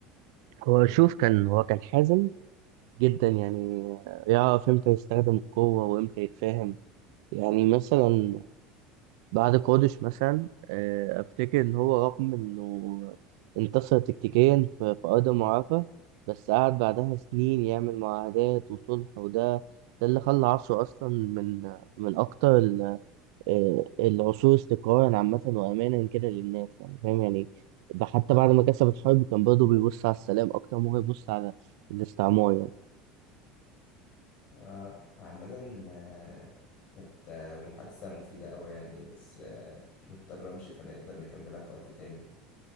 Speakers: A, on the right; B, on the left.
A: هو شوف كان هو كان حازم جدا يعني يعرف امتى يستخدم القوة وامتى يتفاهم يعني مثلا بعد قادش مثلا آه، افتكر ان هو رغم انه انتصر تكتيكيا في في ارض المعركة بس قعد بعدها سنين يعمل معاهدات وصلح وده ده اللي خلى عصره اصلا من من اكتر ال- آه، العصور استقرارا عامة وامانا كده للناس يعني فاهم يعني حتى بعد ما كسب الحرب كان برضه بيبص على السلام اكتر ما هو يبص على الاستعمار يعني.
B: آه عامة آه، كانت آه، محادثة مفيدة أوي يعني بس آه، مضطر أمشي فنقدر نكملها في وقت تاني